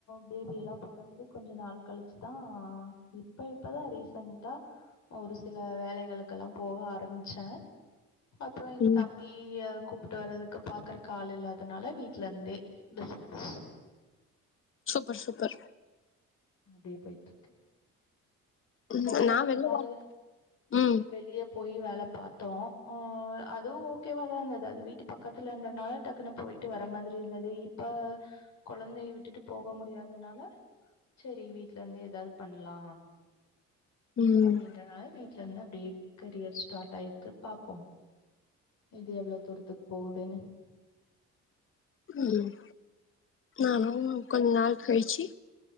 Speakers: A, on the left; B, on the left.
A: பேபி எல்லா பொறந்து கொஞ்ச நாள் கழிச்சுதா இப்ப இப்பதா ரீசன்டா ஒரு சில வேலைகளுக்கெல்லா போக ஆரம்பிச்சே அப்றோ இப்ப
B: ம்
A: தம்பி ப்பிட்டு வர்றதுக்கு பாக்குறதுக்கு ஆள் இல்லாதனால வீட்ல இருந்தே பிசினஸ்
B: சூப்பர் சூப்பர்
A: அப்டியே போயிட்ருக்கு
B: ம்
A: எடைல
B: நா
A: கொஞ்ச
B: வெளில
A: நாள்
B: ஒர்க் ம்
A: வெளிய போய் வேலப் பாத்தோ ஆ அதுவு ஓகேவாதா இந்தது அது வீட்டு பக்கத்துலன்றனால டக்குனு போயிட்டு வர மாதிரி இருந்தது இப்ப கொழந்தைய விட்டுட்டு போக முடியாதனால சரி வீட்லந்து எதாது பண்லா
B: ம்
A: அப்டின்றனால வீட்லந்த ப்டியே கரியர் ஸ்டார்ட் ஆயிருக்கு பாப்போம் இது எவ்ளோ தூரத்துக் போவுதுன்னு
B: ம் நானு கொஞ்ச நாள் கழிச்சு